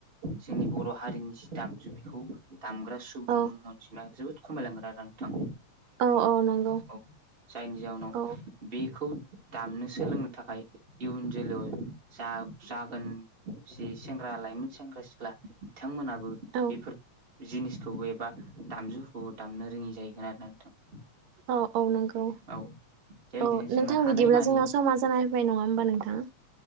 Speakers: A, on the right (about 25°); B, on the right (about 75°).
A: जोंनि बर' हारिनि जि दामजु बेखौ दामग्रा सुबुं
B: औ
A: अनजिमाया जोबोद खमायलांगोन आरो नोंथां
B: औ औ नंगौ
A: औ जायनि जाहोनाव
B: औ
A: बेखौ दामनो सोलोंनो थाखाय इयुन जोलैै जा जागोन। जि सेंग्रा लाइमोन सेंग्रा सिख्ला बिथांमोनाबो
B: औ
A: बेफोर जिनिसखौबो एबा दामजुफोरखौबो दामनो रोङि जाहैगोन आरो ना नोंथां।
B: अ औ नोंगौ
A: औ बेबायदिनो
B: औ
A: जोङो
B: नोंथां
A: हानायमानि
B: बिदिब्ला जोंना समा जानाया फैबाय नङा होमबा नोंथाङा